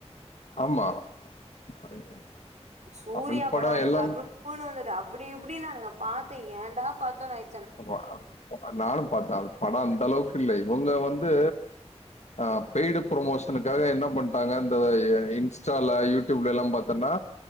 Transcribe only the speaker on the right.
சூர்யா
படோ ஒன்னு
கருப்புன்னு வந்தது அப்டி இப்டினானுங்க பாத்த ஏன்டா பாத்தோன்னு ஆயி